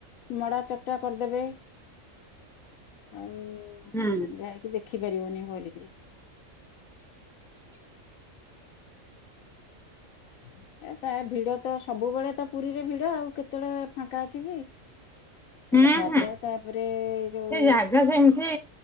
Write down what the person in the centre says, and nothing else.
ହୁଁ
<inaudible>
ହୁଁ
ହୁଁ
ସେ ଜାଗା ସେମିତି